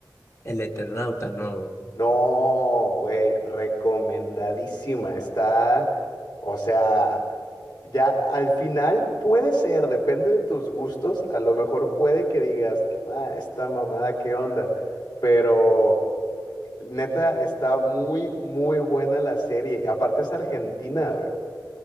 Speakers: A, on the left; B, on the left.
A: El Eternauta, no.
B: No, güey, recomendadísima. Está, o sea, ya al final puede ser, depende de tus gustos, a lo mejor puede que digas, ah, esta mamada, ¿qué onda? Pero neta, está muy, muy buena la serie. Y Aparte es argentina, güey.